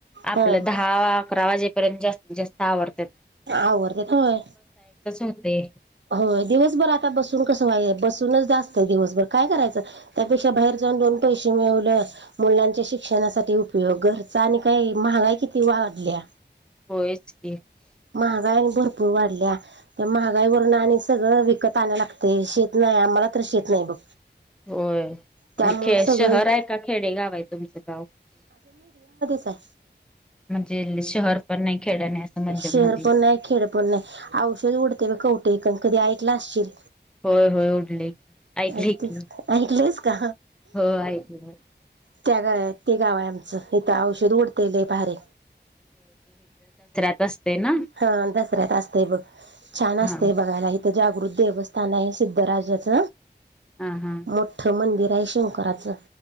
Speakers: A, in the centre; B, on the right.
A: आपलं
B: हं
A: दहा अकरा वाजेपर्यंत जास्तीत जास्त आवरत्यात.
B: आवरत्यात होय
A: होते
B: होय दिवसभर आता बसून कसं. बसूनच जात दिवसभर काय करायचं त्यापेक्षा बाहेर जाऊन दोन पैसे मिळ मुलांच्या शिक्षणासाठी उपयोग ख आणि काही महागा किती वाढल्या.
A: होयच की
B: महागा आणि भरपूर वाढल्या त्या महागाई वून आणि सगळं विकत आणय लागत श नाही आम्हाला त शेत नाही बघ.
A: होय
B: त्यामुळं
A: आणि खे
B: सगळं
A: शहर आहे का खेडे गाव आहे तुमचं गाव
B: सय
A: म्हणजे शहर पण नाही. खेड नाही असं मध्यम
B: शहर
A: मध्ये
B: पण नाही खेड पण नाही औषध उडते कुठे कण कधी ऐकलं असशील.
A: होय होय उडले की ऐकले
B: ऐकलीस
A: की
B: ऐकलस का?
A: हो ऐकलं
B: त्या गा ते गाव आहे आमचं इथं औषध उडतेलय भारी
A: दसते ना
B: हा दसऱ्यात असतय बघ छान
A: हा
B: असत बघायला इथे. देवस्थान आहे सिद्धरााच
A: हा हा
B: मोठ मंदिर जयशंकरचं.